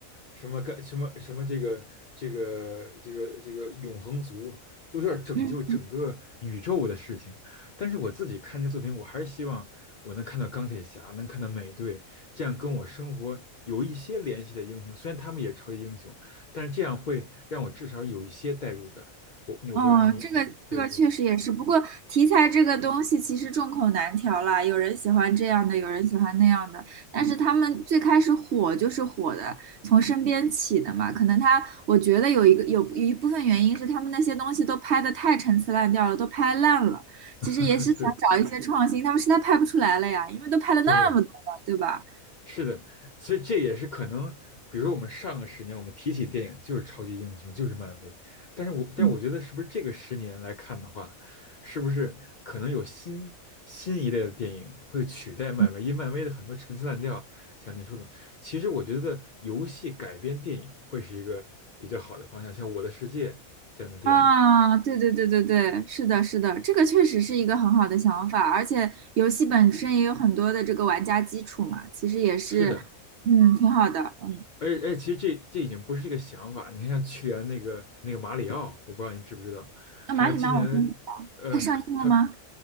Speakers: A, on the left; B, on the right.
A: 什么干什么什么这个这个这个这个永恒族，都是要拯救整个宇宙的事情。
B: 嗯。
A: 但是我自己看这个作品，我还是希望我能看到钢铁侠，能看到美队，这样跟我生活有一些联系的英雄，虽然他们也是超级英雄。但是这样会让我至少有一些代入感。我我不知道你，
B: 哦，这个这个确实也是，
A: 嗯对对
B: 不过题材这个东西其实众口难调啦，有人喜欢这样的，有人喜欢那样的，但是他们最开始火就是火的，从身边起的嘛。可能他，我觉得有一个有有一部分原因是他们那些东西都拍的太陈词滥调了，都拍烂了。其实也是想找一些创新，
A: <laughs> 对
B: 他们实在拍不出来了呀，因为都拍了那么多了，
A: 对，
B: 对吧？
A: 是的，所以这也是可能，比如说我们上个十年，我们提起电影就是超级英雄，就是漫威，但是我但我觉得是不是这个十年来看的话，
B: 嗯
A: 是不是可能有新新一类的电影会取代漫威？
B: 嗯
A: 因为漫威的很多陈词滥调，像你说的，其实我觉得游戏改编电影会是一个比较好的方向，像《我的世界》这样的电影。
B: 啊，对对对对对，是的，是的，这个确实是一个很好的想法，而且游戏本身也有很多的这个玩家基础嘛，其实也是，
A: 是的，
B: 嗯，挺好的，嗯。
A: 而且而且，其实这这已经不是一个想法。你看，像去年那个那个马里奥，我不知道你知不知道，
B: 那马里妈我真不知道，
A: 还有今年，呃，
B: 它上映了吗？
A: 还，